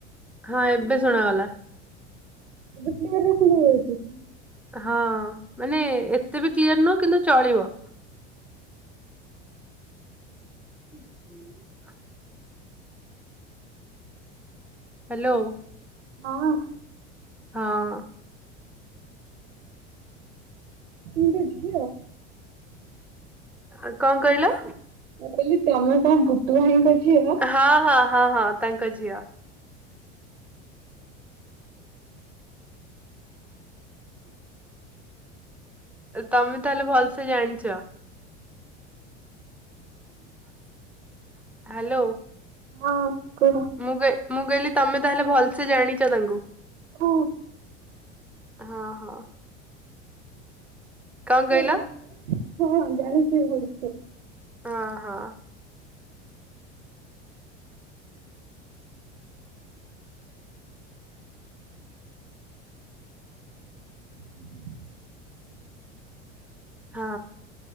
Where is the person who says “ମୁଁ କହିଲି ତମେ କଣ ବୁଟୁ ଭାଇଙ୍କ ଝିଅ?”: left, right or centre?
Right